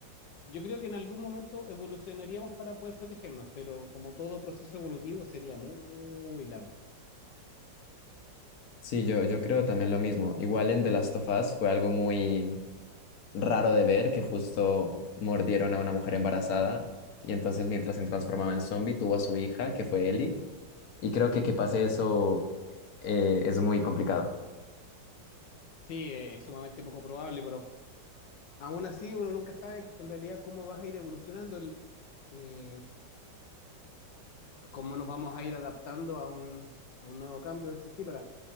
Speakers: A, on the left; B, on the left.
A: Yo creo que en algún momento evolucionaríamos para poder protegernos, pero como todo proceso evolutivo sería muy largo.
B: Sí, yo, yo creo también lo mismo. Igual en The Last of Us fue algo muy, raro de ver que justo mordieron a una mujer embarazada y entonces mientras se transformaba en zombie tuvo a su hija, que fue Ellie, y creo que que pase eso eh, es muy complicado.
A: Sí, eh, es sumamente poco probable, pero aún así uno nunca sabe en realidad cómo vas a ir evolucionando, el, eh, cómo nos vamos a ir adaptando a un, a un nuevo cambio de este estilo. Ahora,